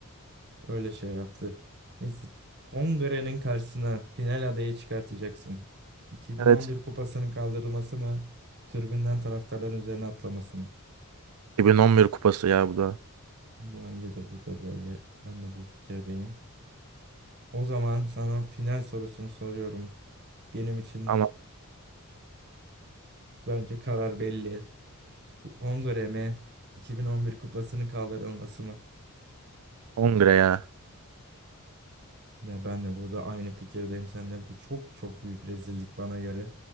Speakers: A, on the right; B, on the right.
A: Öyle şey yaptı. Neyse. Hongre'nin karşısına final adayı çıkartacaksın. 2011
B: Evet.
A: kupasının kaldırılması mı? Tribünden taraftarların üzerine atlaması mı?
B: 2011 kupası ya bu da.
A: Bu bence de burada böyle. Ben de bu fikirdeyim. O zaman sana final sorusunu soruyorum. Benim için
B: Ama
A: bence karar belli. Ku- Hongre mi? 2011 kupasının kaldırılması mı?
B: kongre ya.
A: Ya ben de burada aynı fikirdeyim seninle. Bu çok çok büyük rezillik bana göre.